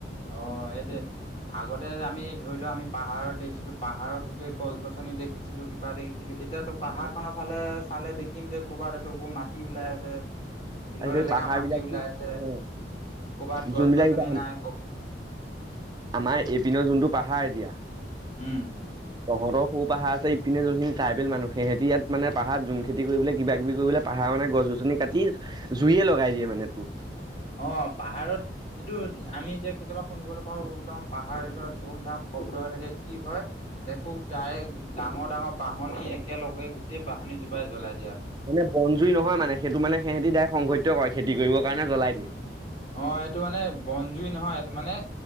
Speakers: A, on the left; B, on the right.
A: অঁ এইটোৱেই, আগতে আমি ধৰি লোৱা আমি পাহাৰত দেখিছিলো, পাহাৰত গোটেই গছ গছনি দেখিছিলো কিবা দেখিছিলো এতিয়াতো পাহাৰ খনৰ ফালে চালে দেখিম যে ক'ৰবাত এটোকো মাটি ওলাই আছে। বিহত
B: তাৰপিছত
A: এলেকা
B: পাহাৰ
A: মাটি
B: বিলাক
A: ওলাই
B: কি
A: আছে
B: অ
A: কৰ'বাত
B: যোনবিলাক
A: গছ গছনি
B: এতিয়া
A: নাই ক
B: আমাৰ এইপিনৰ যোনটো পাহাৰ এতিয়া
A: উম
B: তহঁতৰ খুব পাহাৰ আছে ইপিনে যলখিনি টাইবেল মানুহ সিহঁতি ইয়াত মানে পাহাৰ জোম খেতি কৰিবলে কিবা কিবি কৰিবলে পাহাৰ মানে গছনি, কাটি জুইয়ে লগাই দিয়ে মানে তোৰ,
A: অ পাহাৰত এইটো আমি এতিয়া কেতিয়াবা শুনিবলৈ পাওঁ একদম পাহাৰ এ ধুম ধাম, হৈ থাকে কি হয় দেখ, খুব ডাইৰেক্ট ডাঙৰ ডাঙৰ বাহনী একেলগে গোটেই বাহনী জোপাই জলাই,
B: মানে বনজুই নহয় মানে সেইটো মানে সিহঁতিক সংঘটিত কৰে খেতি কৰিব কাৰণে জ্বলাই দিয়ে।
A: অ এইটো মানে বনজুই নহয় এইটো মানে,